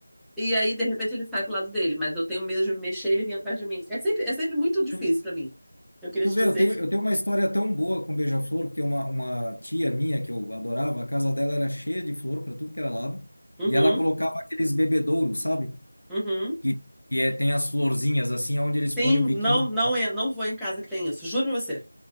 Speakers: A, in the centre; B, on the left.
A: e aí, de repente, ele sai pro lado dele. Mas eu tenho medo de me mexer, e ele vem atrás de mim. É sempre, é sempre muito difícil
B: tu,
A: pra mim. Eu queria
B: tu
A: te
B: vê,
A: dizer
B: eu tenho,
A: que.
B: eu tenho uma história tão boa com beija-flor, porque uma, uma tia minha que eu adorava, a casa dela era cheia de flor para tudo que era lado.
A: Uhum,
B: E ela colocava aqueles bebedouros, sabe?
A: uhum.
B: Que, que é, tem as florzinhas, assim, onde eles põem
A: Sim,
B: o biquinho.
A: não, não, é, não vou em casa que tem isso, juro pra você.